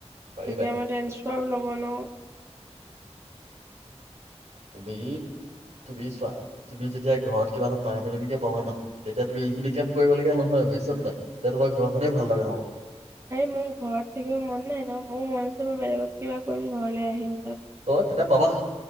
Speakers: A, on the right; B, on the right.
A: পাৰিবাই
B: তেতিয়ালে বাৰুলব নোৱাৰিম
A: তুমি তুমি চোৱা তুমি যেতিয়া ঘৰত কিবা এটা পাৰমানেন্ট কে কিবা পাবা ন এতিয়া তুমি এইখিনি কাম কৰিবলগীয়া নহয় বুজিনাই এতিয়া তোমাৰ ঘৰখনেই ভাল লগা হ'ব
B: এই মোৰ ঘৰত থাকিব মন নাই ন মোৰ মন আছে মই বেলেগত কিবা কৰিম ঘৰলে আহিলো
A: অ তেতিয়া পাবা